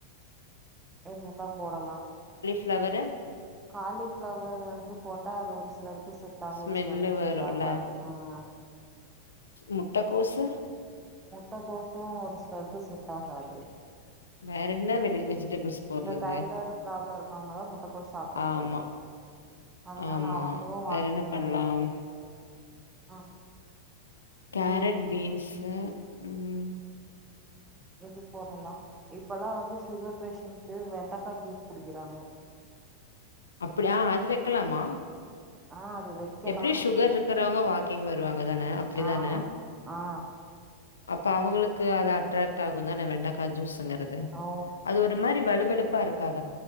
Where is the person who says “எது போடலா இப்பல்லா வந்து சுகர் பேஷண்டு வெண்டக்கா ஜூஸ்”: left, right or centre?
Right